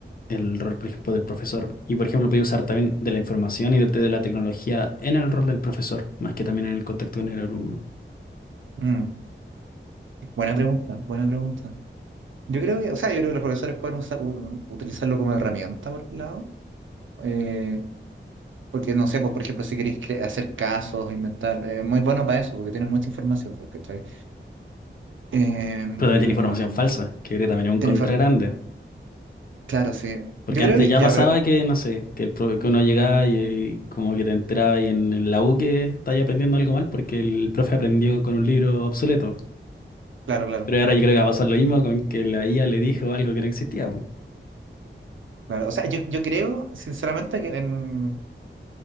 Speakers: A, on the left (about 50°); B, on the right (about 80°).
A: el rol, por ejemplo, del profesor? Y, por ejemplo, podéis usar también de la información y de, de la tecnología en el rol del profesor, más que también en el contacto con el alumno.
B: Mm. Buena pregunta, buena pregunta. Yo creo que, o sea, yo creo que los profesores pueden usa- u- utilizarlo como herramienta por un lado, eh, porque no sé, pues por ejemplo, si queréis cre- hacer casos, inventar, eh, muy bueno para eso, porque tienen mucha información, pues, ¿cachai? Em,
A: Pero también tiene información falsa, que creo que también es un
B: tiene
A: contra
B: infor-
A: grande.
B: claro, sí.
A: Porque
B: Yo creo
A: antes
B: que,
A: ya
B: ya,
A: pasaba
B: pero,
A: que, no sé, que, el pro- que uno llegaba y, eh, como que te enteraba y en la U que estáis aprendiendo algo mal porque el profe aprendió con un libro obsoleto.
B: claro, claro,
A: Pero ahora yo creo que va a pasar lo mismo con que la IA le dijo algo que no existía, po.
B: claro. O sea, yo, yo creo, sinceramente, que en-